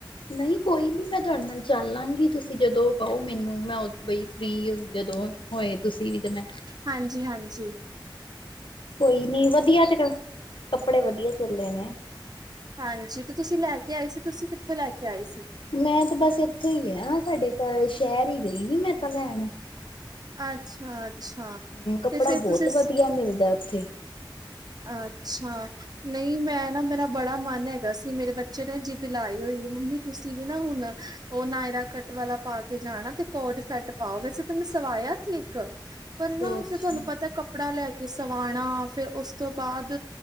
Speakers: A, on the left; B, on the right.
A: ਨਹੀਂ ਕੋਈ ਨਹੀਂ, ਮੈਂ ਤੁਹਾਡੇ ਨਾਲ ਚੱਲ ਲਾਂਗੀ, ਤੁਸੀਂ ਜਦੋਂ ਕਹੋ ਮੈਨੂੰ, ਮੈਂ ਉ ਥਈ ਫਰੀ ਜਦੋਂ ਹੋਏ ਤੁਸੀਂ ਵੀ, ਤਾਂ ਮੈਂ
B: ਹਾਂਜੀ ਹਾਂਜੀ।
A: ਕੋਈ ਨੀ ਵਧੀਆ ਤੇ, ਕੱਪੜੇ ਵਧੀਆ ਚੱਲੇ ਨੇ।
B: ਹਾਂਜੀ, ਤੇ ਤੁਸੀਂ ਲੈ ਕੇ ਆਈ ਸੀ, ਤੁਸੀਂ ਕਿੱਥੋਂ ਲੈ ਕੇ ਆਏ ਸੀ?
A: ਮੈਂ ਤੇ ਬਸ ਇੱਥੋਂ ਹੀ ਲਿਆ ਸਾਡੇ ਤਾ, ਸ਼ਹਿਰ ਹੀ ਗਈ ਸੀ ਮੈਂ ਤਾਂ ਲੈਣ।
B: ਅੱਛਾ। ਅੱਛਾ
A: ਹਮ, ਕੱਪੜਾ
B: ਤੇ ਫੇਰ
A: ਬਹੁਤ
B: ਤੁਸੀਂ
A: ਵਧੀਆ ਮਿਲਦਾ ਉੱਥੇ।
B: ਅੱਛਾ। ਨਹੀਂ ਮੈਂ ਨਾ ਮੇਰਾ ਬੜਾ ਮਨ ਹੈਗਾ ਸੀ, ਮੇਰੇ ਬੱਚੇ ਨੇ ਜਿੱਦ ਲਾਈ ਹੋਈ ਮੰਮੀ ਤੁਸੀਂ ਵੀ ਨਾ ਹੁਣ ਉਹ ਨਾਇਰਾ ਕੱਟ ਵਾਲਾ ਪਾ ਕੇ ਜਾਣਾ ਤੇ ਕੋਡ ਸੈੱਟ ਪਾਓ, ਵੈਸੇ ਤਾ ਮੈਂ ਸਵਾਇਆ ਸੀ ਇੱਕ ਪਰ
A: ਅੱਛਾ-ਅੱਛਾ
B: ਨਾ ਉਸੇ ਤੁਹਾਨੂੰ ਪਤਾ ਕੱਪੜਾ ਲੈ ਕੇ ਸਵਾਉਣਾ, ਫਿਰ ਉਸ ਉਸ ਤੋਂ ਬਾਅਦ,